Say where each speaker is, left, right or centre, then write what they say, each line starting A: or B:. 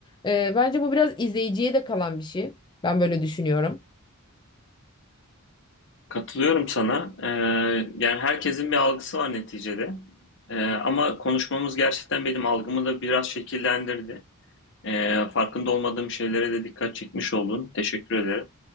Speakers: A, on the left (about 20°); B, on the left (about 60°).
A: Ee, bence bu biraz izleyiciye de kalan bir şey. Ben böyle düşünüyorum.
B: Katılıyorum sana. Ee, yani herkesin bir algısı var neticede. Ee, ama konuşmamız gerçekten benim algımı da biraz şekillendirdi. Ee, farkında olmadığım şeylere de dikkat çekmiş oldun. Teşekkür ederim.